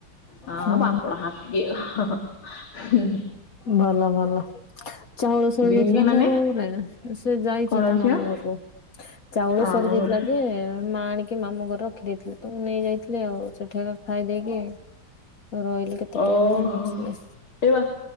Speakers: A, on the left; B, on the left.
A: ହ
B: ହୁଁ।
A: ପାମ୍ପଡ ହାତିକ ଏକା ହୁଁ
B: ଭଲ ଭଲ। ଚାଉଳ ସରି
A: ବିନି
B: ଯାଇଥିଲା
A: ମାନେ
B: ନା ରୁମରେ, ସେ ଯାଇଛି
A: କଣ
B: ତା
A: ଝିଅ
B: ମାମୁଁ ଘରକୁ। ଚାଉଳ ସରିଯାଇଥିଲା
A: ଆମ ଘରକୁ
B: ଯେ ମା ଆଣି ମାମୁଁ ଘରେ ରଖିଦେଇଥିଲେ ତ ମୁଁ ନେଇଯାଇଥିଲି ଆଉ ସେଠି ଏକା ଖାଇ ଦେଇକି ରହିଲି। କେତେ
A: ଓହୋ
B: ଟାଇମ ନମୁ ଆସିଲେ।
A: ଏବା